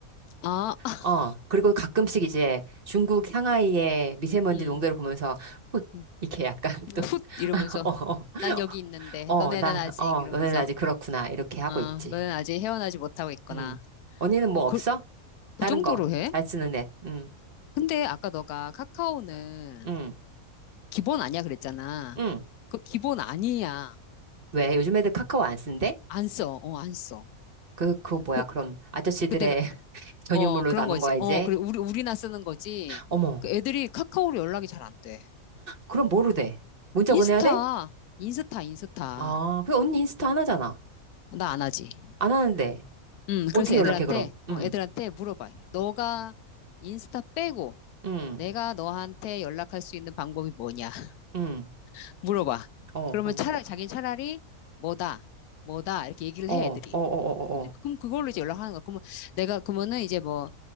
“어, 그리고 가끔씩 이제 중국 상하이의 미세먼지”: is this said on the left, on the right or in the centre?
Right